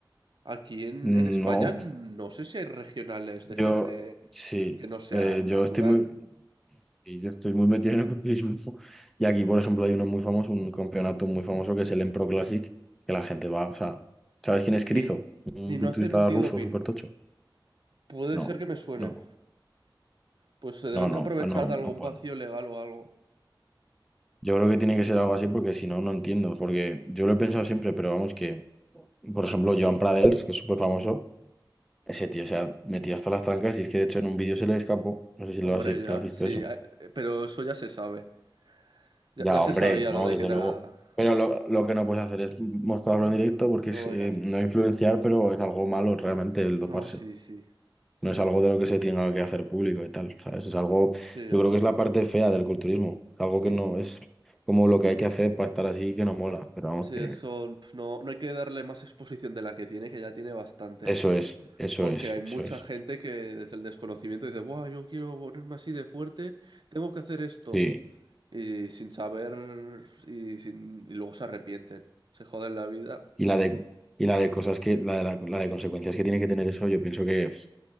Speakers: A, on the right; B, in the centre.
A: Aquí en,
B: No,
A: en España no sé si hay regionales de
B: yo
A: gente
B: sí,
A: que no sea
B: eh,
A: natural.
B: yo estoy muy, sí, yo estoy muy metido en el culturismo. Y aquí, por ejemplo, hay uno muy famoso, un campeonato muy famoso que es el Empro Classic, que la gente va, o sea, ¿sabes quién es Krizo?
A: Y,
B: Un
A: y no
B: culturista
A: hacen antidoping.
B: ruso súper tocho.
A: Puede
B: No,
A: ser que me suene.
B: no,
A: Pues se deben
B: no,
A: de
B: no,
A: aprovechar
B: no,
A: de
B: no,
A: algún
B: puedo,
A: vacío
B: no
A: legal o algo.
B: Yo creo que tiene que ser algo así porque si no, no entiendo. Porque yo lo he pensado siempre, pero vamos que, por ejemplo, Joan Pradels, que es súper famoso, ese tío se ha metido hasta las trancas y es que de hecho en un vídeo se le escapó. No sé si lo
A: Hombre,
B: has,
A: ya,
B: lo has visto
A: sí,
B: eso.
A: a- eh, pero eso ya se sabe. Ya,
B: Ya,
A: ya se
B: hombre,
A: sabía
B: no,
A: lo de
B: desde
A: que era...
B: luego. Pero lo, lo que no puedes hacer es mostrarlo en directo porque
A: No,
B: es eh,
A: era...
B: no influenciar, pero es algo malo realmente el doparse.
A: No, sí, sí.
B: No es algo de lo que se tenga que hacer público y tal, ¿sabes? Es algo,
A: Sí, es-
B: yo creo que es la parte fea del culturismo. Algo
A: sí.
B: que no es como lo que hay que hacer para estar así que no mola, pero vamos
A: Sí,
B: que...
A: eso... pf, No, no hay que darle más exposición de la que tiene, que ya tiene bastante.
B: Eso es, eso
A: Porque
B: es,
A: hay mucha
B: eso es.
A: gente que desde el desconocimiento dice, ¡buah, yo quiero ponerme así de fuerte, tengo que hacer esto!
B: Sí.
A: Y sin saber... Y, sin... y luego se arrepienten. Se joden la vida.
B: Y la de, y la de cosas que, la de, la, la de consecuencias que tiene que tener eso, yo pienso que pf,